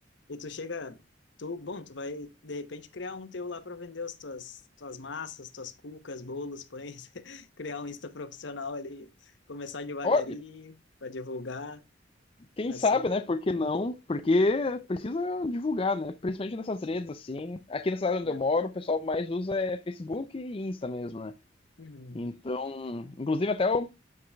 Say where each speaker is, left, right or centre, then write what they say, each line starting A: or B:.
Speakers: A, on the left; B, on the left.
A: E tu chega, tu, bom, tu vai de repente criar um teu lá para vender as tuas, tuas massas, tuas cucas, bolos, pães, <laughs> criar um Insta profissional ali, começar devagarinho
B: Olha,
A: para divulgar,
B: quem
A: assim.
B: sabe, né? Por que não? Porque precisa divulgar, né? Principalmente nessas
A: Sim.
B: redes, assim. Aqui na cidade onde
A: né?
B: eu moro, o pessoal mais usa é Facebook e Insta mesmo, né?
A: Uhum.
B: Então, inclusive até o,